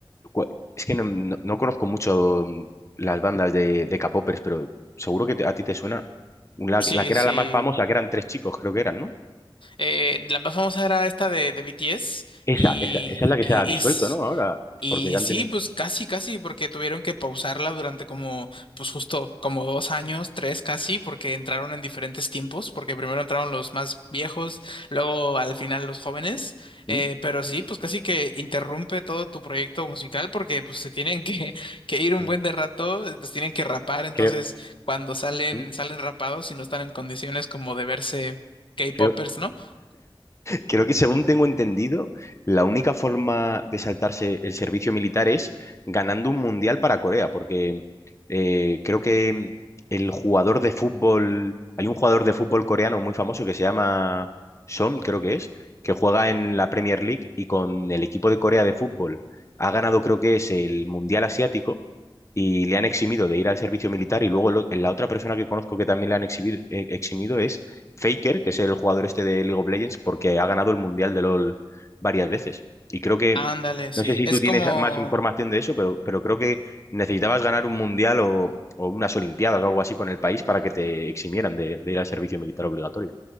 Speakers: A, on the left; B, on the left.
A: cua- Es que no, no- no conozco mucho mm, las bandas de, de K-popers, pero seguro que te- a ti te suena la,
B: Sí,
A: la que era
B: sí.
A: la más famosa, que eran tres chicos, creo que eran, ¿no?
B: Eh, la más famosa era esta de, de BTS
A: Esa,
B: y,
A: esa, esa es la que
B: y,
A: se ha disuelto,
B: y, s-
A: ¿no? Ahora,
B: y
A: porque ya han
B: sí,
A: tenido...
B: pues casi, casi, porque tuvieron que pausarla durante como, pues justo como dos años, tres casi, porque entraron en diferentes tiempos, porque primero entraron los más viejos, luego al final los jóvenes,
A: ¿Mm?
B: eh, pero sí, pues casi que interrumpe todo tu proyecto musical porque pues se tienen que, <laughs> que ir un
A: ¿Mm?
B: buen de rato, eh, los tienen que rapar, entonces
A: Creo,
B: cuando salen,
A: ¿Mm?
B: salen rapados y no están en condiciones como de verse K-popers,
A: creo,
B: ¿no?
A: creo que según tengo entendido, la única forma de saltarse el servicio militar es ganando un mundial para Corea, porque eh, creo que el jugador de fútbol, hay un jugador de fútbol coreano muy famoso que se llama Son, creo que es, que juega en la Premier League y con el equipo de Corea de fútbol ha ganado, creo que es el mundial asiático y le han eximido de ir al servicio militar y luego el o- la otra persona que conozco que también le han exhibido- eh, eximido es Faker, que es el jugador este de League of Legends porque ha ganado el Mundial de LoL varias veces. Y creo que,
B: Ándale, sí,
A: no sé si
B: es
A: tú tienes
B: como,
A: más información de eso, pero, pero creo que necesitabas ganar un Mundial o, o unas Olimpiadas o algo así con el país para que te eximieran de, de ir al servicio militar obligatorio.